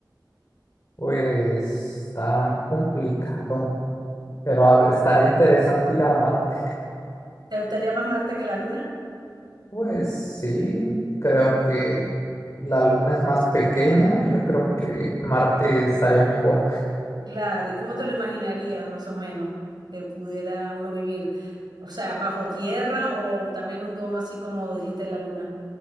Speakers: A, on the left; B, on the right.
A: Pues está complicado, pero a- estaría interesante ir a Marte.
B: ¿Te gustaría más Marte que la Luna?
A: Pues sí, creo que la Luna es más pequeña. Yo creo que Marte estaría mejor.
B: Claro, ¿y cómo te lo imaginarías más o menos que pudiera uno vivir? O sea, bajo tierra o también un domo así como dijiste la Luna.